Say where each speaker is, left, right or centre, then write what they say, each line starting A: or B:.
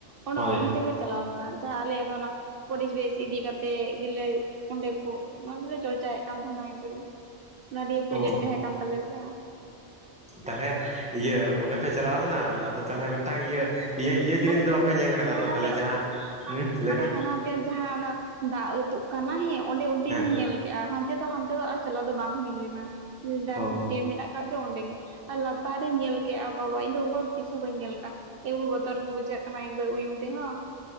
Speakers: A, on the right; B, in the centre.
A: ᱚᱱᱚ
B: ᱦᱳᱭ
A: ᱚᱱᱛᱮ ᱞᱮ ᱪᱟᱞᱟᱣ ᱞᱮᱱᱟ ᱡᱟᱦᱟᱸ ᱟᱞᱮᱭᱟᱜ ᱜᱮ ᱚᱱᱟ ᱯᱚᱨᱤᱵᱮᱥ ᱤᱫᱤ ᱠᱟᱛᱮᱫ ᱜᱮᱞᱮ ᱚᱸᱰᱮ ᱠᱚ ᱚᱱᱟ ᱜᱮᱞᱮ ᱪᱚᱨᱪᱟᱭᱮᱫ ᱠᱟᱱ ᱛᱟᱦᱮᱱᱟᱭ ᱮᱠᱵᱟᱨᱮ ᱚᱱᱟ ᱨᱤᱭᱟᱜ ᱯᱨᱚᱡᱮᱠᱴ
B: ᱚ
A: ᱛᱟᱦᱮᱸ ᱠᱟᱱ ᱛᱟᱞᱮᱭᱟ ᱥᱮ ᱾
B: ᱛᱟᱞᱦᱮ ᱤᱭᱟᱹ ᱚᱸᱰᱮ ᱯᱮ ᱪᱟᱞᱟᱣ ᱞᱮᱱᱟ ᱟᱫᱚ ᱛᱟᱞᱦᱮ ᱢᱮᱫᱴᱟᱝ ᱤᱭᱟᱹ ᱤᱭᱟᱹ ᱤᱭᱟᱹ ᱡᱤᱱᱤᱥ
A: ᱟᱫᱚᱧ
B: ᱫᱚ ᱵᱟᱯᱮ ᱧᱮᱞ ᱟᱠᱟᱫᱟ
A: ᱦᱟᱱᱟᱛᱮ
B: ᱛᱚ ᱛᱟᱞᱦᱮ ᱡᱟᱦᱟᱸ
A: <unintelligible>
B: ᱦᱩᱸ ᱞᱟᱹᱭ
A: ᱢᱟᱱᱮ
B: ᱢᱮ
A: ᱦᱟᱱᱟ <unintelligible> ᱛᱮᱭᱟᱜ ᱡᱟᱦᱟᱸ ᱚᱱᱟ ᱫᱟᱜ ᱟᱹᱛᱩᱜ ᱠᱟᱱᱟ ᱦᱮᱸ ᱚᱸᱰᱮ ᱚᱵᱫᱤ
B: ᱦᱮᱸ
A: ᱜᱤᱧ ᱧᱮᱞ ᱠᱮᱜ-ᱟ ᱦᱟᱱ ᱛᱮ ᱫᱚ ᱦᱟᱱᱛᱮ ᱫᱚ ᱟᱨ ᱪᱟᱞᱟᱣ ᱫᱚ ᱵᱟᱝ ᱦᱩᱭ ᱞᱮᱱᱟ, ᱵᱮᱢ
B: ᱚ
A: ᱰᱮᱢ ᱢᱮᱱᱟᱜ ᱠᱟᱡ ᱡᱚ ᱚᱸᱰᱮ ᱜᱮ ᱾ ᱟᱨ ᱞᱟᱛᱟᱨ ᱨᱤᱧ ᱧᱮᱞ ᱠᱮᱜ-ᱟ ᱵᱟᱵᱟ ᱤᱧ ᱫᱚ ᱚᱱᱠᱟ ᱫᱚ ᱛᱤᱥ ᱦᱚᱸ ᱵᱟᱹᱧ ᱧᱮᱞ ᱠᱟᱜ-ᱟ ᱮ <unintelligible> ᱵᱚᱛᱚᱨ ᱜᱮ ᱵᱩᱡᱟᱜ ᱠᱟᱱᱟ ᱮᱠᱵᱟᱨ ᱩᱭᱩᱢ ᱛᱮᱦᱚᱸ,